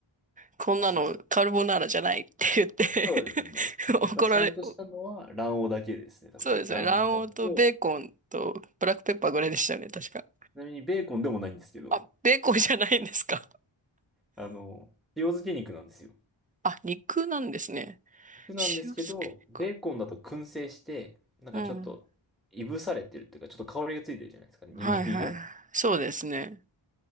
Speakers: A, on the right; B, in the centre.
A: こんなのカルボナーラじゃないって言って
B: あ、そうです。そうですね。
A: <laughs>
B: やっぱちゃんとしたのは卵黄だけですね、
A: 怒られ、
B: 多分。
A: そうですね、
B: 卵黄と、
A: 卵黄とベーコンとブラックペッパーぐらいでしたよね、確か。
B: ちなみにベーコンでもないんですけど、
A: あ、ベーコンじゃないんですか。
B: あの、塩漬け肉なんですよ。
A: あ、肉なんですね。
B: 肉なんですけど、
A: 塩漬け肉。
B: ベーコンだと燻製して、なんかちょっと、
A: うん。
B: いぶされてるっていうか、ちょっと香りがついてるじゃないですか、に肉以外に。
A: はいはい。そうですね。